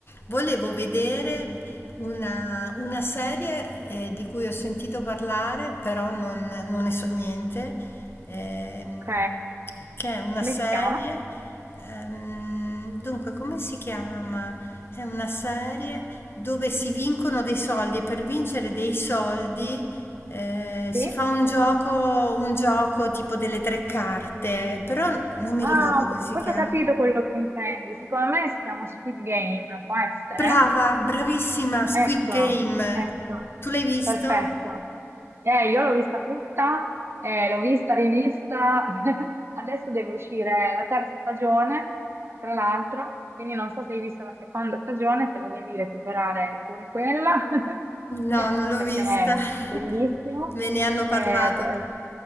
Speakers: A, on the left (about 45°); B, on the right (about 50°).
A: Volevo vedere una, una serie eh, di cui ho sentito parlare, però non, non ne so niente, ehm,
B: Ok,
A: che è una
B: come
A: serie,
B: si chiama?
A: ehm, dunque come si chiama? È una serie dove si vincono dei soldi e per vincere dei soldi eh, si
B: Sì.
A: fa un gioco, un gioco tipo delle tre carte, però non mi
B: Ah,
A: ricordo
B: ok.
A: come si
B: forse
A: chiama.
B: ho capito quello che intendi. Secondo me si chiama Squid Game, può essere?
A: Brava, bravissima, Squid
B: Ecco,
A: Game.
B: ecco,
A: Tu l'hai visto?
B: perfetto. Eh, io l'ho vista tutta, eh, l'ho vista, rivista, <laughs> adesso deve uscire la terza stagione, tra l'altro, quindi non so se hai visto la seconda stagione, te la devi recuperare pure quella, <laughs>
A: No, non l'ho
B: perché
A: vista.
B: è
A: <laughs>
B: bellissimo.
A: Me ne hanno parlato.
B: Eh, ad- eh,